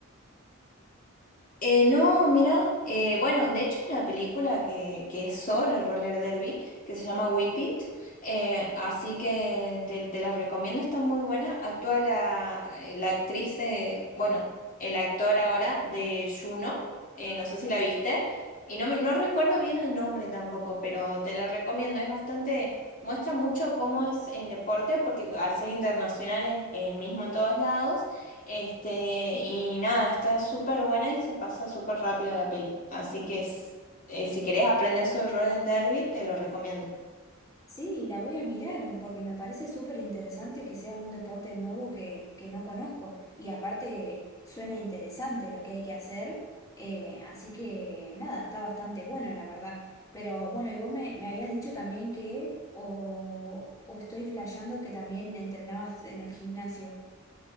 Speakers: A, on the left (about 40°); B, on the left (about 15°).
A: Eh, no, mira, eh, bueno, de hecho hay una película que, que es sobre roller derby que se llama Whip It, eh, así que te, te la recomiendo, está muy buena. Actúa la, eh, la actriz de, bueno, el actor ahora de Juno, eh, no sé si la viste, y no, me- no recuerdo bien el nombre tampoco, pero te la recomiendo, es bastante, muestra mucho cómo es el deporte, porque al ser internacional es el mismo en todos lados este, y nada, está súper buena y se pasa súper rápido la peli. Así que es- eh, si querés aprender sobre Roger Derby, te lo recomiendo.
B: Sí, la voy a mirar porque me parece súper interesante que sea un deporte nuevo que, que no conozco y aparte suena interesante lo que hay que hacer, eh, así que nada, está bastante bueno la verdad. Pero bueno, y vos me, me habías dicho también que o, o estoy flasheando que también entrenabas en el gimnasio.